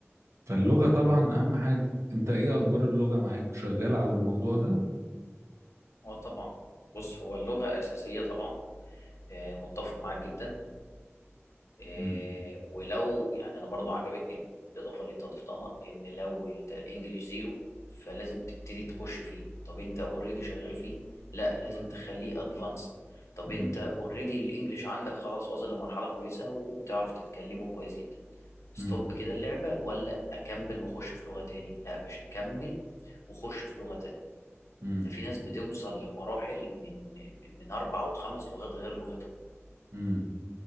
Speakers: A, on the right; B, on the left.
A: فاللغة طبعا اهم حاجة انت ايه اخبار اللغة معاك شغال على الموضوع ده
B: اه طبعا بص هو اللغة أساسية طبعا آه، متفق معاك جدا آه،
A: مم.
B: ولو يعني أنا برضو عجبتني الإضافة اللي أنت ضفتها إن لو أنت الإنجليش زيرو فلازم تبتدي تخش فيه طب أنت أوريدي شغال فيه لا لازم تخليه أدفانسد طب
A: مم.
B: أنت أوريدي الإنجليش عندك خلاص واصل لمرحلة كويسة وبتعرف تتكلمه كويس جدا ستوب
A: مم.
B: كده اللعبة ولا أكمل وأخش في لغة تاني لا يا باشا أكمل وأخش في لغة تانية
A: مم.
B: ده في ناس بتوصل لمراحل من من من أربع وخمس لغات غير لغتهم
A: مم.